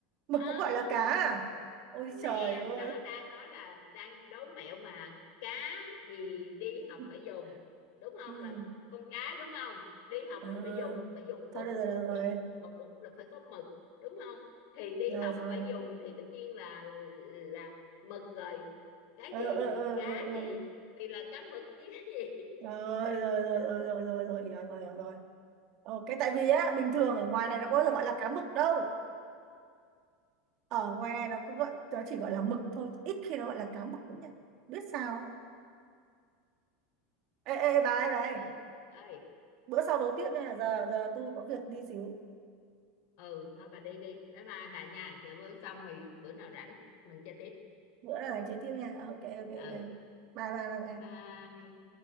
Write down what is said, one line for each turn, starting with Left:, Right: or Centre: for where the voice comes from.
Right: mực
Left: ừ
Right: cũng gọi là cá à ôi
Left: nè
Right: trời ơi
Left: nó đang nói là đang đố mẹo mà cá gì đi học
Right: <laughs>
Left: phải dùng đúng không
Right: ừ.
Left: là con cá đúng không đi học
Right: ừ.
Left: mình phải dùng phải dùng
Right: thôi
Left: bút
Right: được rồi, được
Left: bút
Right: rồi
Left: mà bút là phải có mực đúng không thì đi
Right: rồi
Left: học
Right: rồi
Left: phải dùng thì tất nhiên là là mực rồi cái
Right: ờ
Left: gì
Right: ờ ờ
Left: thì cá
Right: ờ ờ.
Left: gì thì là cá mực chứ <laughs>
Right: ờ. rồi rồi rồi rồi rồi rồi rồi hiểu rồi hiểu rồi ờ, cái tại vì á bình thường ở ngoài này nó có bao giờ gọi là cá mực đâu ở ngoài này nó có gọi nó chỉ gọi là mực thôi ít khi nó gọi là cá mực lắm nha biết sao không? ê ê bà ơi bà ơi
Left: Chị ơi
Right: bữa sau đấu tiếp nha giờ giờ tôi có việc đi xíu
Left: ừ thôi bà đi đi bye bye bà nha chờ bữa xong rồi bữa nào rảnh mình chơi tiếp
Right: bữa là dành chơi tiếp nha Ờ, ok ok ok
Left: ừ
Right: bye bye bye
Left: bye
Right: bye
Left: bye